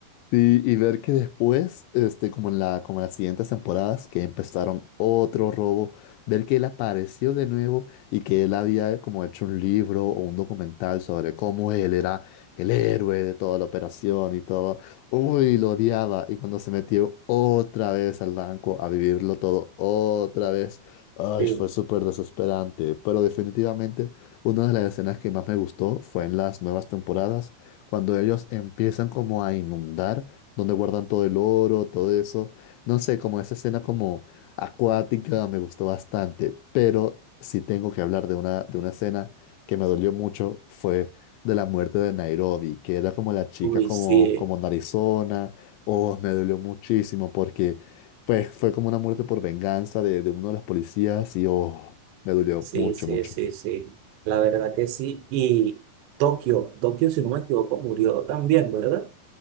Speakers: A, on the left; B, on the right.
A: Sí, y ver que después, este, como en la, como en las siguientes temporadas, que empezaron otro robo, ver que él apareció de nuevo y que él había como hecho un libro o un documental sobre cómo él era el héroe de toda la operación y todo. Uy, lo odiaba. Y cuando se metió otra vez al banco a vivirlo todo otra vez, ay,
B: Sí.
A: fue súper desesperante. Pero definitivamente una de las escenas que más me gustó fue en las nuevas temporadas cuando ellos empiezan como a inundar, donde guardan todo el oro, todo eso. No sé, como esa escena como acuática me gustó bastante, pero si tengo que hablar de una, de una escena que me dolió mucho, fue de la muerte de Nairobi, que era como la chica
B: Uy,
A: como,
B: sí,
A: como narizona, oh, me dolió muchísimo porque pues fue como una muerte por venganza de, de uno de los policías y oh, me dolió
B: sí,
A: mucho,
B: sí,
A: mucho.
B: sí, sí. La verdad que sí. Y Tokio, Tokio, si no me equivoco, murió también, ¿verdad?